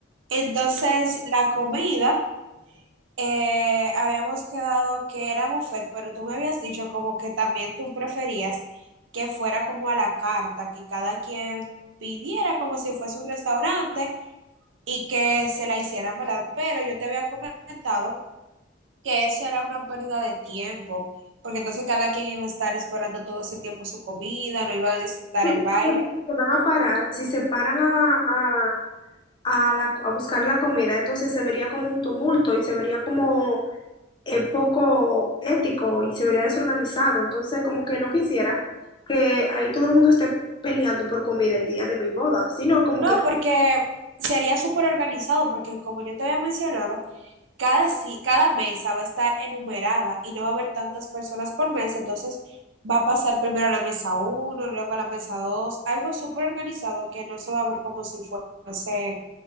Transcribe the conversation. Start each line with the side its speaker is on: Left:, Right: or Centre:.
Right: Entonces, la comida, eh, habíamos quedado que era buffet, pero tú me habías dicho como que también tú preferías que fuera como a la carta, que cada quien pidiera como si fuese un restaurante y que se la hicieran, ¿verdad? Pero yo te había comentado que eso era una pérdida de tiempo, porque entonces cada quien iba a estar esperando todo ese tiempo su comida, no iban a disfrutar
Left: <laughs> ¿Qué
Right: el
Left: tipo
Right: baile.
Left: de gente Se van a parar, si se paran a, a, a la- a buscar la comida, entonces se vería como un tumulto y se vería como es poco ético y se vería desorganizado. Entonces, como que no quisiera que ahí todo el mundo esté peleando por comida el día de mi boda, sino como
Right: No,
Left: que
Right: porque sería súper organizado, porque como yo te había mencionado, Cada, si- cada mesa va a estar enumerada y no va a haber tantas personas por mesa, entonces va a pasar primero a la mesa uno luego a la mesa dos algo súper organizado que no se va a ver como si fuese